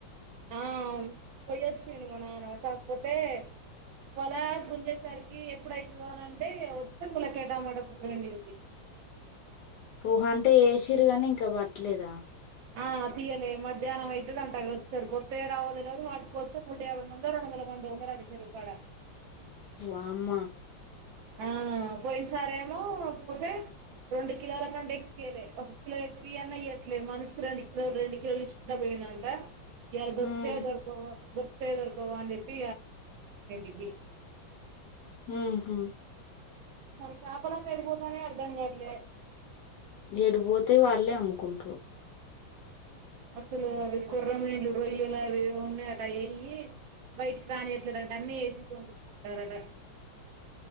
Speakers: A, on the right; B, on the left.
A: ఆ పోయ్యొచ్చిండు మా నాన కాకపోతే వలా గుండేసరికి ఎప్పుడయితదో అని అంటే వస్తే ములకే టామాట కూరోండింది.
B: ఓహో అంటే ఏసిర్రు గాని ఇంకా పట్టలేదా
A: ఆ తీయలే మధ్యాహ్నం అయితదంటా వచ్చేసరికి వత్తాయో రావో తెలవదు వాటి కోసం నూట యాభై మంది రెండు వందల మందో ఉన్నారట చెరువు కాడ
B: వామ్మా
A: ఆ పోయిన సారేమో పోతే రెండు కిలోల కంటే ఎక్కువ ఇయలే ఒక కిలో ఎక్కువ ఈ అన్నా ఈయ్యట్లేదు మనిషికి రెండు కిలోలు రెండు కిలోలు ఇచ్చుకుండా పోయినంట ఇయాల దొరుకుతాయో
B: ఉమ్
A: దొరకవొ దొరకవో అని చెప్పి ఇగ <unintelligible>
B: హ్మ్ హు
A: చాపలన్ని ఎటుపోతున్నాయో అర్దం గావట్లే
B: ఏడిపోతాయ్ వాళ్లేే అమ్ముకుంట్రు
A: అసలు అవి కొర్రమీన్లు రొయ్యలా అవి ఏవో ఉన్నాయట వెయి బయటికి రానిట్లేదంటా అన్ని వేసి పంపిస్తున్నారట